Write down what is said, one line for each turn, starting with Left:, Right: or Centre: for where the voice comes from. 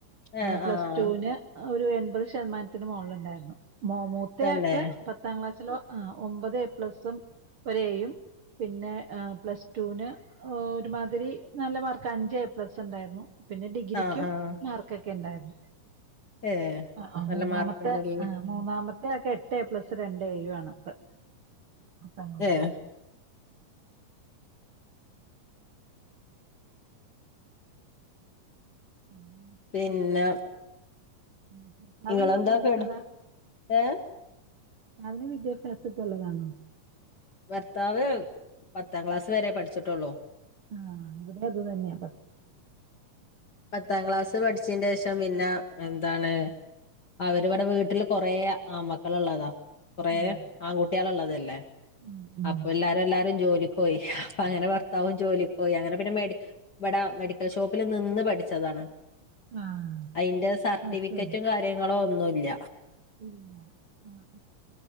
Left: ഏഹ്
Right: പ്ലസ്
Left: ആഹ്
Right: ടുവിന് ഒരു എൺപത് ശതമാനത്തിന് മുകളിൽണ്ടായിരുന്നു മോ മൂത്ത
Left: തന്നെ
Right: ആൾക് പത്താം ക്ലാസ്സില് ഒമ്പത് എ പ്ലസും ഒരു ഏ യും പിന്നെ പ്ലസ്റ്റുന് ഒരുമാതിരി നല്ല മാർക്ക് അഞ്ചേ പ്ലസ് ഉണ്ടായിരുന്നു പിന്നെ ഡിഗ്രിക്കും
Left: ആഹ് ആഹ്
Right: മാർക്കൊക്കെ ഇണ്ടായിരുന്നു
Left: ഏഹ്
Right: ആ
Left: നല്ല
Right: മൂന്നാമത്തെ
Left: മാർക്ക്ണ്ടല്ലേ
Right: ആ മൂന്നാമത്തെ ത്തെ ആൾക്ക് എട്ട് എ പ്ലസ് രണ്ട് ഏ യും ഇപ്പ പത്താം ക്ലാസ്സിൽ
Left: ഏഹ്
Right: <inaudible> <inaudible>
Left: പിന്നെ
Right: <unintelligible>
Left: ഇങ്ങളെന്താ
Right: പഠിച്ചതാ
Left: കെട് ഏഹ്
Right: അതിന് വിദ്യാഭ്യാസൊക്കെ ഉള്ളതാണോ
Left: ഭർത്താവ്- പത്താം ക്ലാസ് വരെ പഠിച്ചിട്ടുള്ളൂ
Right: ആഹ് ഇവിടെ അത് തന്നെയ
Left: പത്താം ക്ലാസ് പഠിച്ചിന്റെ ശേ ഷം പിന്നെ എന്താണ് അവരിവിടെ വീട്ടില് കൊറേ ആൺമക്കള് ഉള്ളതാ കുറേ
Right: ആഹ്
Left: ആൺകുട്ടികള് ഉള്ളതല്ലേ
Right: ഉം ഉം
Left: അപ്പൊ എല്ലാരും എല്ലാരും ജോലി ക്ക് പോയി അങ്ങനെ ഭർത്താവും ജോലിക്ക് പോയി അങ്ങനെ പിന്നെ മെടി ഇവിട മെഡി ക്കൽ ഷോപ്പിൽ നിന്ന് പഠിച്ചതാണ്
Right: ആഹ്
Left: അതിന്റെ സർട്ടിഫിക്കറ്റ്
Right: അത് ശരി
Left: കാര്യങ്ങളോ ഒന്നും ഇല്ല
Right: ഇല്ല ആ-